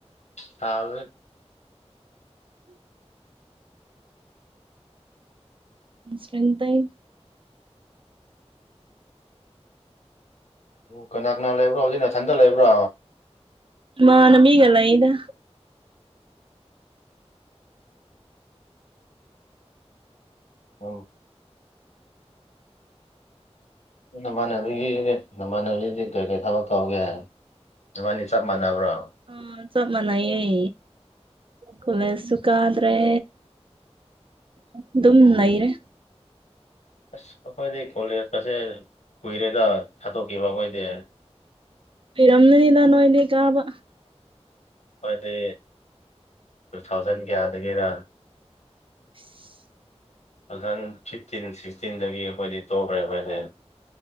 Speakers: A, on the left; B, on the right.
A: ꯇꯕ
B: ꯁ꯭ꯔꯦꯟꯇꯥꯏ
A: ꯑꯣ ꯀꯅꯥ ꯀꯅꯥ ꯂꯩꯕ꯭ꯔꯣ ꯍꯧꯖꯤꯛ ꯅꯅꯥꯊꯟꯗ ꯂꯩꯕ꯭ꯔꯣ
B: ꯃꯥ ꯅꯃꯤ ꯂꯏꯗ
A: ꯑꯣ ꯅꯃꯥꯟꯅꯕꯤꯒꯤ ꯅꯃꯥꯟꯅꯕꯤꯗꯤ ꯀꯩ ꯀꯩ ꯊꯕꯛ ꯀꯧꯒꯦ ꯑꯗꯨꯕꯥꯅꯤ ꯆꯞ ꯃꯥꯟꯅꯕ꯭ꯔꯣ
B: ꯑ ꯆꯃꯅ ꯑꯦ ꯈꯂ ꯁꯨꯈ ꯑꯗꯨ꯭ꯔꯦ ꯑ ꯑꯗꯨꯝ ꯅꯩꯔꯦ
A: ꯑꯁ ꯑꯩꯈꯣꯏꯗꯤ ꯀꯣꯂꯦꯖꯀꯁꯦ ꯀꯨꯏꯔꯦꯗ ꯊꯥꯠꯇꯣꯛꯈꯤꯕ ꯑꯩꯈꯣꯏꯗꯤ
B: ꯏꯔꯝꯗꯅꯤꯗ ꯅꯣꯣꯏꯗꯤ ꯀꯥꯕ
A: ꯍꯣꯏꯗꯤ ꯇꯨ ꯊꯥꯎꯖꯟ ꯀꯌꯥꯗꯒꯤꯅ
B: <inaudible>
A: ꯇꯨ ꯊꯥꯎꯖꯟ ꯐꯤꯐꯇꯤꯟ ꯁꯤꯛꯁꯇꯤꯟꯗꯒꯤ ꯑꯩꯈꯣꯏꯗꯤ ꯇꯣꯛꯈ꯭ꯔꯦ ꯑꯩꯈꯣꯏꯗꯤ